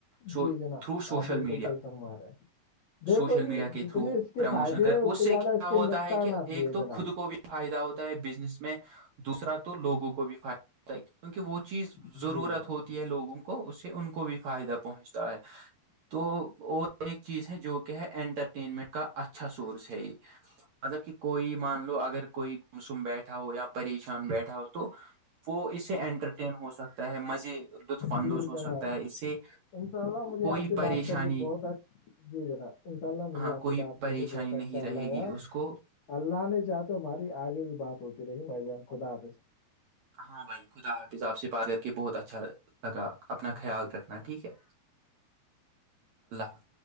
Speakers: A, on the right (about 65°); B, on the left (about 65°).
A: سو
B: جی
A: تھرو
B: جناب
A: سوشل
B: آپ بالکل
A: میڈیا
B: صحیح فرما رہے ہیں دیکھو
A: سوشل میڈیا
B: یہ
A: کے
B: جتنے
A: تھرو
B: اس کے
A: پرموشن
B: فائدے
A: کرے
B: ہیں اس سے زیادہ
A: کیا
B: اس کے
A: ہوتا
B: نقصانات
A: ہے کہ
B: بھی
A: ایک
B: ہے
A: تو
B: جناب
A: خود کو بھی فائدہ ہوتا ہے بزنس میں دوسرا تو لوگوں کو بھی فائدہ کیونکہ وہ چیز
B: جی
A: ضرورت
B: جناب
A: ہوتی ہے لوگوں کو اس سے ان کو بھی فائدہ پہنچتا ہے تو اور ایک چیز ہے جو کہ ہے انٹرٹینمنٹ کا اچھا سورس ہے یہ مطلب کہ کوئی مان لو اگر کوئی گمسم بیٹھا ہو یا پریشان بیٹھا ہو تو وہ اس سے انٹرٹین ہو سکتا ہےیا مزے لطف اندوز
B: جی
A: ہو
B: جناب
A: سکتا ہے اس سے
B: انشاء اللہ مجھے
A: کوئی
B: آپ سے
A: پریشانی
B: بات کر کے بہت جی جمم بچے ان شاء اللہ مجھے
A: ہاں
B: آپ
A: کوئی
B: سے بات
A: پریشانی
B: کر کے بہت
A: نہیں
B: اچھا
A: رہے
B: لگا
A: گی اس کو
B: اللہ نے چاہ تو ہماری آگے بھی بات ہوتی رہےی بھائی جان خدا حافظ
A: ہاں بھائی خدا حافظ آپ سے بات کر کے بہت اچھا لگا اپنا خیال رکھنا ٹھیک ہے اللہ حافظ